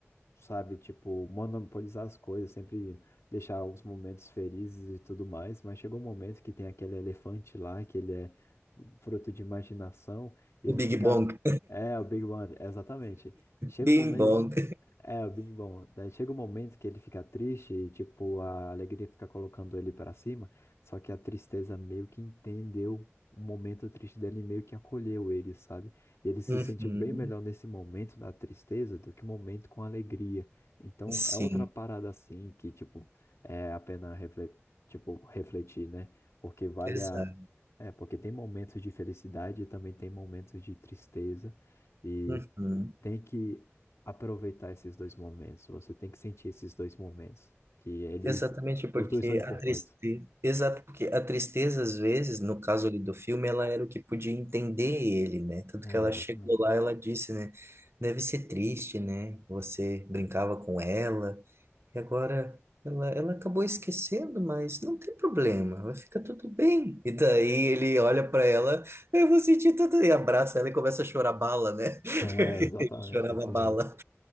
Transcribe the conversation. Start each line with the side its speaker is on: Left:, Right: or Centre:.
Left: sabe, tipo, monopolizar as coisas, sempre deixar os momentos felizes e tudo mais, mas chegou um momento que tem aquele elefante lá, que ele é fruto de imaginação, e
Right: O
Left: ele
Right: Big
Left: fica.
Right: Bang.
Left: É, o Big Bang, exatamente. Chega
Right: Bing
Left: um momento
Right: Bong.
Left: que. É, o Big Bang. Daí chega um momento que ele fica triste e, tipo, a alegria fica colocando ele pra cima, só que a tristeza meio que entendeu o momento triste dele e meio que acolheu ele, sabe? E ele se
Right: Uhum,
Left: sentiu bem melhor nesse momento da tristeza do que um momento com alegria. Então,
Right: Sim,
Left: é outra parada assim que, tipo, é a pena refle- tipo, refletir, né? Porque vale
Right: exato.
Left: a... É, porque tem momentos de felicidade e também tem momentos de tristeza. E
Right: Uhum.
Left: tem que aproveitar esses dois momentos. Você tem que sentir esses dois momentos. Que eles...
Right: Exatamente porque
Left: Os dois são importantes.
Right: a tristeza, exato porque a tristeza às vezes, no caso ali do filme, ela era o que podia entender ele, né? Tanto
Left: É,
Right: que ela
Left: exatamente.
Right: chegou lá, ela disse, né? Deve ser triste, né? Você brincava com ela e agora ela, ela acabou esquecendo, mas não tem problema, vai ficar tudo bem. E daí ele olha pra ela, eu vou sentir tudo e abraça ela e começa a chorar bala, né? <laughs>
Left: É, exatamente,
Right: Ele chorava
Left: desse
Right: bala.
Left: jeito.